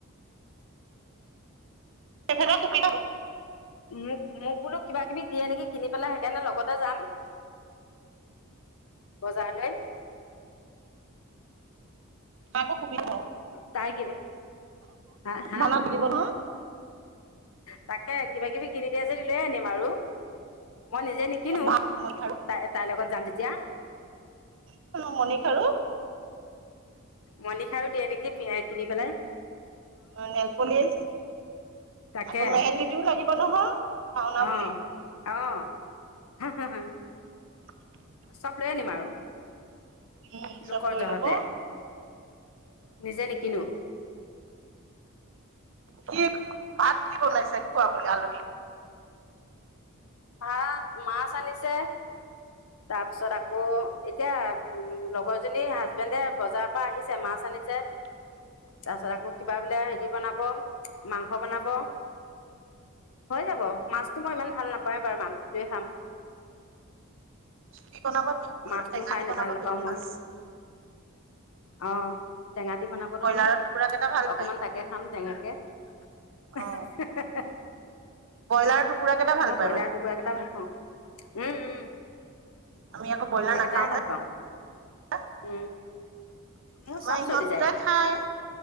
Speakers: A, on the right; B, on the left.
A: <unintelligible> সুবিধা
B: মোক, মোক বোলো কিবা কিবি দিয়ে নেকি কিনি পেলাই সেইকাৰণে লগতে যাম বজাৰলে।
A: <inaudible>
B: তাই? <unintelligible> হা'? হা' হা'।
A: ভাওনাত লাগিব নহয়
B: তাকে কিবা কিবি কিনি দিয়ে যদি লৈ আনিম আৰু মই নিজে নিক কিনো,
A: মই খাৰু
B: তাই তাইৰ লগত যাম যেতিয়া।
A: <unintelligible> খাৰু
B: মণি খাৰু দিয়ে নেকি কিনি পেলাই?
A: অ', নেলপলিছ!
B: তাকে
A: আকৌ মেহেন্দীটোও লাগিব নহয় ভাওনা
B: অ
A: বুলি।
B: অ <unintelligible>
A: <inaudible>
B: চব লৈ আনিম আৰু।
A: উম, চব
B: লোকৰ
A: লৈ
B: জহতে
A: ল'ব <unintelligible>
B: নিজে নিকিনো
A: <unintelligible> ভাত কি বনাইছে খোৱাবলে আলহীক?
B: ভাত মাছ আনিছে।
A: উ <inaudible>
B: তাৰপিছত আকৌ এতিয়া লগৰজনীৰ হাজবেণ্ডে বজাৰৰ পৰা আহিছে মাছ আনিছে।
A: <inaudible>
B: তাৰ পিছত আকৌ কিবা বোলে হেৰি বনাব মাংস বনাব। হৈ যাব মাছটো মই ইমান ভাল নাপাৱে বাৰু মাংসটোৱে খাম।
A: কি বনাব? দিয়ক
B: মাছটো
A: টেঙা
B: খাই
A: দি
B: নে
A: বনাব
B: ভাল নাপাওঁ
A: দিয়ক
B: মই,
A: মাছ
B: অ'। টেঙা দি বনাবলৈ
A: ব্ৰইলাৰৰ
B: দিম,
A: টুকুৰা কেইটা ভাল
B: অকমান
A: পায়
B: তাকে খাম টেঙাকে। <unintelligible>
A: অ ব্ৰইলাৰৰ টুকুৰা কেইটা ভাল
B: মই
A: পায়
B: ব্ৰইলাৰ
A: মানে
B: টুকুৰা কেইটা ভাল পাওঁ। উম, উম।
A: আমি আকৌ ব্ৰইলাৰ
B: সেইকেটাহে
A: নাখাওঁ
B: ভাল
A: যে
B: পাওঁ।
A: <unintelligible>
B: উম মোৰ
A: আমাৰ
B: চব
A: ইহঁত
B: চলি যায়
A: যে খাই,